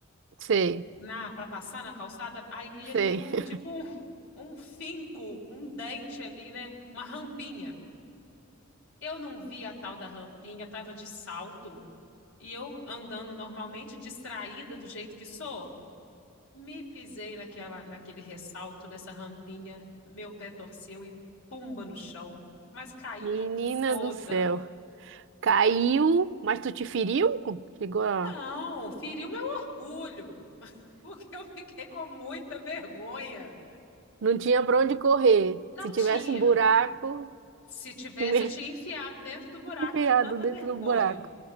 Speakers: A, on the right (about 60°); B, on the left (about 85°).
A: Sei,
B: na para passar na calçada, aí ali
A: sei.
B: tem um
A: <laughs>
B: tipo um, um finco, um dente ali, né? Uma rampinha. Eu não vi a tal da rampinha, eu estava de salto, e eu andando normalmente, distraída do jeito que sou, me pisei naquela, naquele ressalto, nessa rampinha, meu pé torceu e pumba no chão, mas caí
A: Menina
B: com toda.
A: do céu. Caiu, mas tu te feriu? Chegou a...
B: Não, feriu meu orgulho, <laughs> porque eu fiquei com muita vergonha.
A: Não tinha pra onde correr.
B: Não
A: Se tivesse
B: tinha.
A: um buraco,
B: Se tivesse,
A: te me-
B: eu tinha enfiado dentro do buraco
A: <laughs> enfiado
B: de tanta
A: dentro
B: vergonha.
A: do buraco.